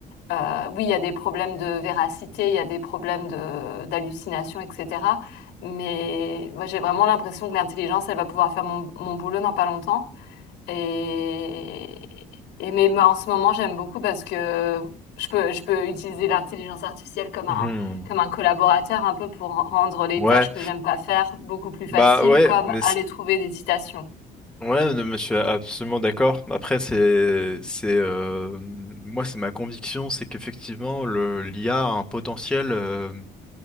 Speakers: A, on the left; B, in the centre.
A: Euh, oui, il y a des problèmes de véracité, il y a des problèmes de, d'hallucination, etc. Mais moi, j'ai vraiment l'impression que l'intelligence, elle va pouvoir faire mon mon boulot dans pas longtemps. Et, et mais moi, en ce moment, j'aime beaucoup parce que je peux, je peux utiliser l'intelligence artificielle comme
B: Mhm.
A: un, comme un collaborateur un peu pour rendre les
B: Ouais.
A: tâches que j'aime pas faire beaucoup plus faciles,
B: Bah ouais,
A: comme
B: mais
A: aller
B: c'est-
A: trouver des citations.
B: ouais, non, mais je suis absolument d'accord. Après, c'est c'est euh, moi, c'est ma conviction, c'est qu'effectivement, le l'IA a a un potentiel euh,